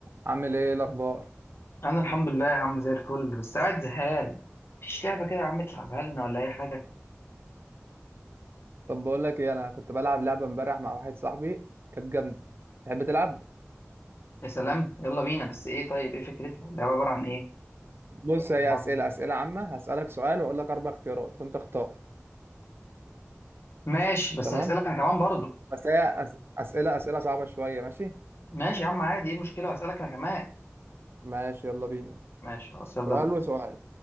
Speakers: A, on the right; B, on the left.
A: عامل ايه الاخبار
B: انا الحمد لله يا عم زي الفل بس قاعد زهقان مفيش لعبه كده يا عم تلعبها لنا ولا اي حاجه
A: طب بقول لك ايه انا كنت بلعب لعبه امبارح مع واحد صاحبي كانت جامده تحب تلعب
B: يا سلام يلا بينا بس ايه طيب ايه فكرتها اللعبه عباره عن ايه
A: بص هي
B: هنلعب
A: اسئله
B: ايه
A: اسئله عامه هسالك سؤال واقول لك اربع اختيارات وانت اختار
B: ماشي بس
A: تمام
B: هسالك انا كمان برضو
A: بس هي أس... اسئله اسئله صعبه شويه ماشي
B: ماشي يا عم عادي ايه المشكله هسالك انا كمان
A: ماشي يلا بينا
B: ماشي خلاص يلا
A: سؤال
B: ابدا
A: وسؤال